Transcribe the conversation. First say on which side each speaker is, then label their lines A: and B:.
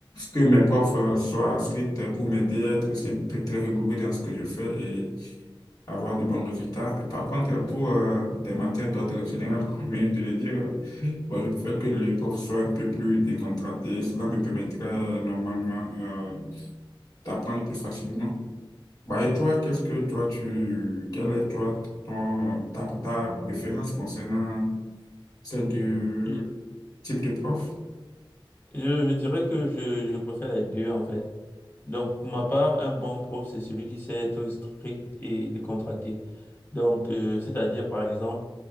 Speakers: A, on the left; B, on the left.
A: que mes profs euh, soient stricts pour m'aider à être aussi un peu très rigoureux dans ce que je fais et avoir de bons résultats. Par contre, pour euh, des matières d'ordre général, comme je viens de te le dire, euh, moi, je préfère que les profs soient un peu plus décontractés. Cela me permettrait euh, normalement euh, d'apprendre plus facilement. Bah, et toi, qu'est-ce que toi tu quelle est toi ton- ta, ta préférence concernant ces deux
B: Je,
A: types de profs?
B: je- je dirais que je, je préfère les deux, en fait. Donc, pour ma part, un bon prof, c'est celui qui sait être strict et décontracté. Donc, euh, c'est-à-dire, par exemple,